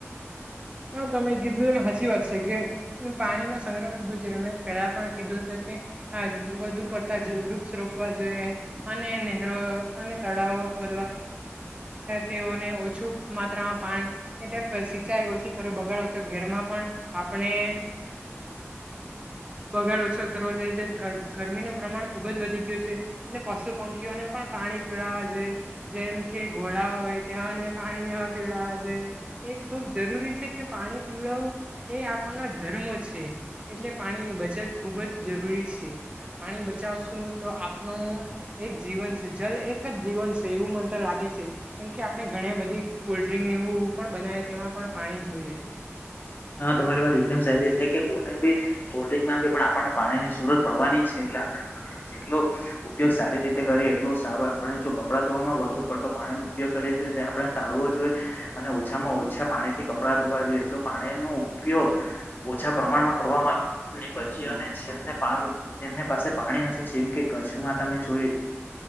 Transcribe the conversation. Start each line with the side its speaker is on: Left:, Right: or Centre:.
Right: હ તમે કીધું એમ હચ વાત છે કે પાણીનોો સંગ્રહ ખુબ જ રમે પેલા પણ કીધું તો કે આ વધુ પડતા વૃક્ષ રોપવા જોઈએ અને નરો અને તળાવો ખો તેઓને ઓછું માત્રામાં પા એટલે સિંચાઈ ઓછી બગાડ ઓછો ઘેરમાં પણ આપણે બગાડ ઓછો કરો ગરમી ન પ્રમાણ ખુબ જ વધી ગયું છે એટલે પશુ પંખીઓને પણ પાણી પીડાવા છે જેમ કે ઘોડા હોય તે્યાને પાણીને પીડવા જો એ ખુબ જરૂરી છે કે પાણી પીવડાવું એ આપણના ધર્મો છે એટલે પાણીની બચત ખુબ જ જરૂરી છે પાણી બચાવશું તો આપ એક જીવન છે જલ એક જ જીવન છે એવું મન તો લાગે છે કેમ કે આપણે ઘણી બધી કોલ્ડ્રિંક એવું પણ બનાવે તેમાં પણ પાણી જોઈએ
Left: હા તમારી વાત એકદમ સાચી છે કે કોલ્ડ્રિંક ભી કોલ્ડ્રિંક માં પણ આપણને પાણી ની જરૂરત પડવાની છે એ આપ પાણીનો જેટલો ઉપયોગ સારી રીતે કરીએ એટલો સારો આપણે જો બપડા દવામાં વધુ પટો ન ઉપયોગ કરીએ છે આપણે તાળવો જોઈએ અને ઓછામાં ઓછા પાણી થી કપડાં ધોવા જોઈએ પાણી ન ઉપયોગ ઓછા પ્રમાણમાં કરવામાં આવે પછી અને જેમને એની પાસે પાણી નથી જેમ કે કચ્છમાં તમે જો